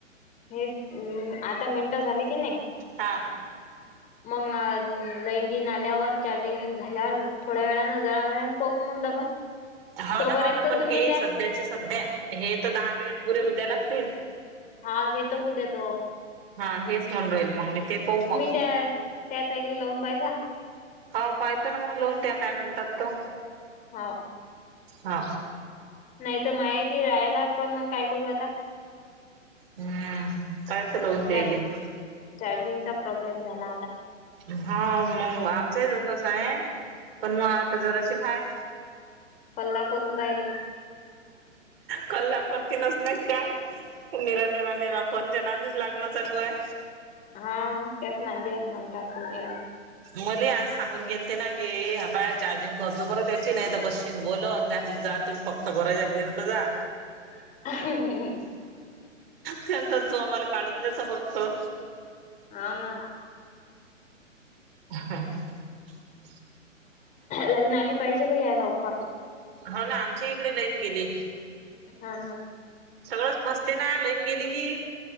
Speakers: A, on the left; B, on the right.
A: हे आता मिनटं झाले की नाही?
B: हा
A: मग लाईनगीन आल्यावर चार्जिंग झाल्यावर थोड्या वेळा पाहून मग डबा
B: हो
A: तोपर्यंत
B: ना ह ना पण
A: तुम्ही
B: हे
A: त्या
B: सध्याची सध्या हे तर दहा मिनिटं पुरे होऊ दयाव लागतेत.
A: हा हे तर होऊ देतो ओ.
B: हा हेच म्हणून राहीले मग मी ते पाहू मग
A: त्याार <unintelligible> त्या ताईलीला लावून पाहिजा.
B: हो पाहेच ना मग लवून त्या काय म्हणतात तो
A: हो
B: हा
A: नाही तर माय बी राहालात पण मग काय करू आता?
B: हम्म कायतल वतेईले
A: चार
B: <unintelligible>
A: चार्जिंगचा प्रॉब्लेम झाला आता.
B: हम्म मग आमचंही तसंच आहे पण मग जराशी हाय
A: पल्ला करून राहिले.
B: काल <unintelligible> केलाच नाही काय निरा निरा निरा फण जनानीच लागणं चालू आहे.
A: हा त्यास नंदीयात म्हणतात <unintelligible>
B: मले आज सांगून गेल ते ना की ह बाय चार्जिंग करतो <unintelligible> याची नाही तर बसशीन बोलत. नाही जाते तुम्ही फक्त घराच्या बहिर तर जा.
A: <unintelligible>
B: त्यांतर तू आम्हाला काढून देत बघतो.
A: हाव ना.
B: <unintelligible>
A: लाईन आली पाहिजे बया लवकर.
B: हो ना आमच्या इकडे लाईन गेली.
A: हा ना.
B: सगळंच फसते ना लाईन गेली की.